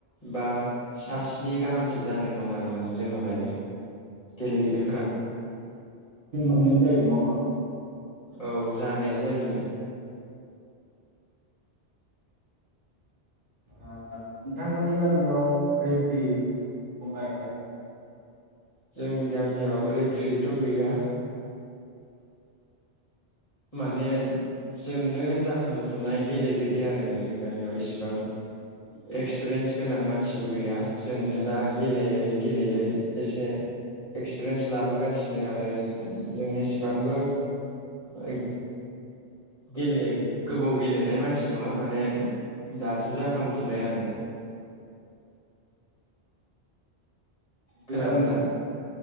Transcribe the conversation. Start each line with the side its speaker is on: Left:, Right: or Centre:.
Left: बा सा स्नि गाहाम जानाय दं आरो माने जोंनाव दायो गेलेगिरिफोरा
Right: मोनै जायो नङा होमबा
Left: औ जानाया जायो
Right: नोंथांमोननि गामियाव रेफ्रि दंना गैया
Left: जों गामियाव रेफ्रिथ' गैया माने जोंनो जाखांफुनाय गेलेगिरि आरो जों गामियाव इसेबां एक्सपिरियेन्स गोनां मानसिबो गैया जोंनो दा गेलेयै गेलेयै एसे एक्सपिरियेन्स लाबोगासिनो आरो जों एसेबांबो ओइ गेले गोबौ गेलेनाय मानसि नङा माने दासो जाखांफुनाय आरो
Right: <unintelligible>
Left: खोनादोंना